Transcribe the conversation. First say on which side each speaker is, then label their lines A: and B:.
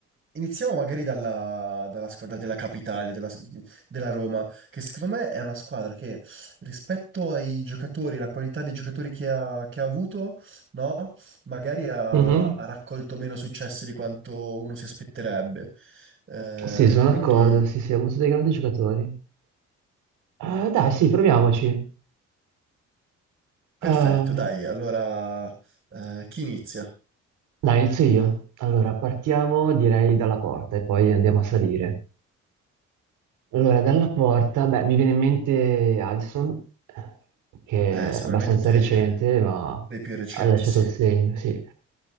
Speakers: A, on the right; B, on the right.
A: iniziamo magari dalla, dalla squadra della capitale, della, della Roma, che secondo me è una squadra che rispetto ai giocatori, la qualità dei giocatori che ha, che ha avuto, no? Magari ha,
B: Mhm.
A: ha raccolto meno successi di quanto uno si aspetterebbe. Eh,
B: Sì, sono
A: quindi,
B: d'accordo. Sì, sì, ha avuto dei grandi giocatori. Eh, dai, sì, proviamoci.
A: perfetto,
B: Eh,
A: dai. Allora, eh, chi inizia?
B: Dai, inizio io. Allora, partiamo direi dalla porta e poi andiamo a salire. Allora, dalla porta, beh, mi viene in mente Alisson, che
A: Eh, sicuramente
B: è abbastanza recente, ma
A: dei più recenti,
B: ha lasciato
A: sì.
B: il segno, sì.